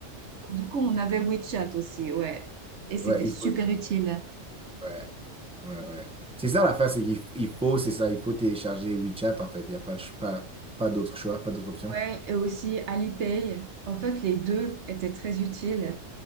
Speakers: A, on the right (about 65°); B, in the centre.
A: Beaucoup, on avait WeChat aussi, ouais. Et c'était
B: Ouais, il
A: super
B: faut. té-
A: utile.
B: Ouais, ouais, ouais. C'est ça l'affaire, c'est qu'il f- il faut, c'est ça, il faut télécharger WeChat en fait. Il n'y a pas, le ch- pas, pas d'autre choix, pas d'autre option.
A: Ouais, et aussi Alipay. En fait, les deux étaient très utiles.